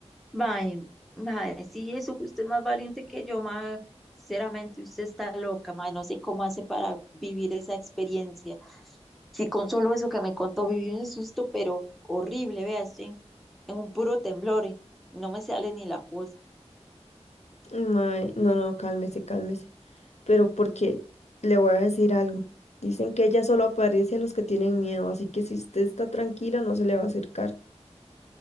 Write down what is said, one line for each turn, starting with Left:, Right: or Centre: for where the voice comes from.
Centre: Mae, mae, sí, eso que usted es más valiente que yo, mae. Sinceramente, usted está loca, mae. No sé cómo hace para vivir esa experiencia. Sí, con solo eso que me contó, viví un susto, pero horrible, vea, estoy en, en un puro temblor y no me sale ni la voz.
Left: Mae, no, no, cálmese, cálmese. Pero porque le voy a decir algo. Dicen que ella solo aparece a los que tienen miedo, así que si usted está tranquila, no se le va a acercar.